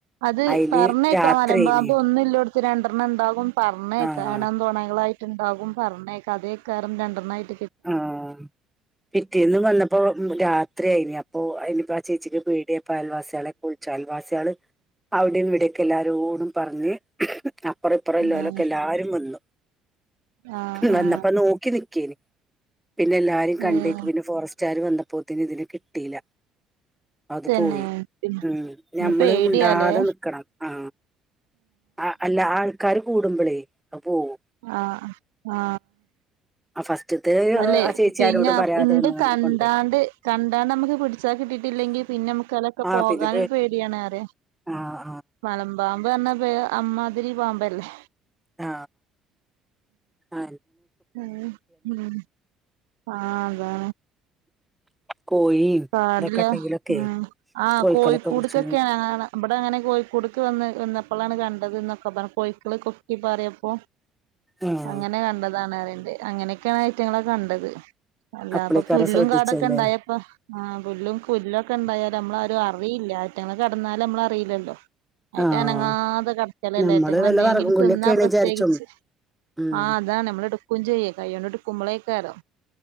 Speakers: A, on the right; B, in the centre.
A: അത്
B: അയില്
A: പറഞ്ഞേക്കാം
B: രാത്രിയേനി
A: മലമ്പാമ്പ് ഒന്നുംല്ല രണ്ടെണ്ണം ഉണ്ടാകും പറഞ്ഞേ
B: ആഹ്
A: കാരനണം തോണാകളായി് ഉണ്ടാകും പറഞ്ഞേക്ക അതേ കറും രണ്ടന്നായിട്ട്
B: ആഹ പിറ്റേന്ന് വന്നപ്പോ രാത്രിയയിനി അപ്പൊ അനിപ്പ ആ ചേച്ചിക്ക് പീടിയ ഇപ്പ അയൽവാസികളെ കുളിച്ചു അയൽവാസികള് അവിടയും ഇവിടയൊക്കെ എല്ലാരോടും പറഞ്ഞ് അപ്പറം ഇപ്പുറംല്ല
A: ഏഹ്
B: അലൊക്കെ എല്ലാവാരും വന്നു
A: ആഹ്
B: വന്നപ്പോ
A: ആഹ്
B: നോക്കി നി ക്കിയിനി പിന്നെ എല്ലാരും
A: ഉം
B: കണ്ടേക്ക് പിന്നെ ഫോറ സ്റ്റ്കാര് വന്നപ്പോത്തേന് ഇതിനെ കിട്ടിയില്ല അത്
A: തന്നെ
B: പോയി
A: പിന്നെ
B: ഉം ഞമ്മള്
A: പേടിയാലേ
B: മിണ്ടാതെ നിക്കണം ആ ആ അല്ല ആൾ ക്കാര് കൂടുമ്പളേ അത് പോവും
A: ആ ആ
B: <unintelligible>
A: അല്ലെ
B: ആ ചേച്ചിയാരോടും
A: പിന്നെ
B: പറയാതെ
A: ഉണ്ട്
B: വന്ന്ങ്ങാണ്ട്
A: കണ്ടാണ്ട്
B: കൊണ്ടോയി
A: കണ്ടാണ്ട് നമ്മുക്ക് പിടിച്ചാ കിട്ടിട്ടില്ലെങ്കിൽ പിന്നെ നമുക്ക് അതൊക്കെ
B: ആഹ്
A: പോകാനൊരു
B: പിന്നെ
A: പേടിയാണ് പറയുവാ
B: ആഹ്
A: മലമ്പാമ്പ് ഇ പറഞ്ഞ അമ്മാതിരി പാമ്പല്ലേ
B: ആ ആ
A: ഉം ഉം ആ അതേ
B: ഉം കോഴിയും
A: കാടില്ല
B: ഇതൊക്കെ ഉണ്ടെങ്കിലൊക്കെ
A: ഉ ആ
B: കോഴിക്കളൊക്കെ
A: കോഴിക്കൂടുക്ക്
B: പിടിച്ചു
A: ഒക്കെ അങ്ങനെയാണ്. ഇവിടെ അങ്ങനെ കോഴിക്കൂടുക്ക് വന്ന് നിന്നപ്പോളാണ് കണ്ടത് കോഴിക്കള് കൊക്കി പാറിയപ്പോ
B: ആഹ്
A: അങ്ങനെ കണ്ടതാണ് പറയാ അങ്ങനെയൊക്കെയാണ് ഐറ്റങ്ങള കണ്ടത് അല്ല
B: അപ്പളേക്കാരം
A: അപ്പൊ പുല്ലും
B: ശ്രദ്ധിച്ചല്ലേ
A: കാടൊക്കെ ഇണ്ടായപ്പ ആ പുല്ലും പുല്ലൊക്കെ ഉണ്ടായാലേ നമ്മളാരും അറി അല്ല ആറ്റങ്ങൾ കെടന്നാലും നമ്മള് അറിയില്ലല്ലോ അയിറ്റം
B: ആഹ്
A: അനങ്ങാതെ കിടക്കലല്ലേ
B: നമ്മള്
A: അയിറ്റങ്ങൾ
B: വല്ല
A: എന്തെങ്കിലും
B: വറകും കൊള്ളിയൊക്കെയാണ്
A: തിന്നാ പ്രത്യേകിച്ച്
B: വിചാരിച്ചും ഉം
A: ആ അതാണ് നമ്മള് എടുക്കുകയും ചെയ്യും കയ്യോണ്ട് എടുക്കുമ്പോളെ <unintelligible>